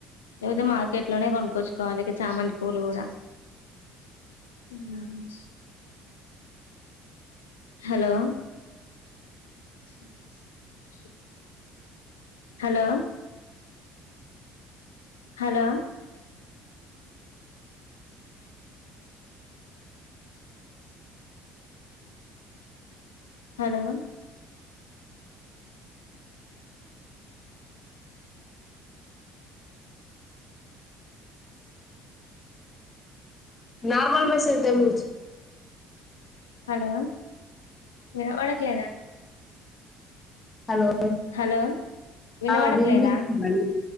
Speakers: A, on the left; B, on the left.
A: లేకపోతే మార్కెట్ లోనే కొనుక్కొచ్చుకోవాలి ఇక చామంతి పూలు కూడా ఉ ఆస్ హలో స్నను సు శ్రు హలో హలో హలో
B: నార్మల్ మెసె తెమచ్
A: హలో వినపడట్లేదా?
B: హలో
A: హలో వినవడట్లేదా?
B: ఆ వినిపిస్తుందండి